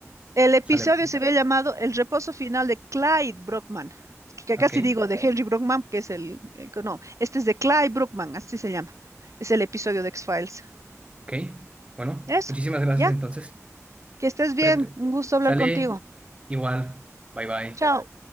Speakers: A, on the right; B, on the right.
A: El episodio
B: Sale. pues.
A: se había llamado El reposo final de Clyde Brockman, que que
B: Ok.
A: casi digo de Henry Brockman, que es el, el que no, este es de Clyde Brockman, así se llama. Es el episodio de X-Files.
B: Ok, bueno,
A: Eso,
B: muchísimas gracias
A: ya,
B: entonces.
A: que estés bien,
B: Cuídate.
A: un gusto hablar
B: Sale
A: contigo.
B: igual. Bye bye.
A: Chao.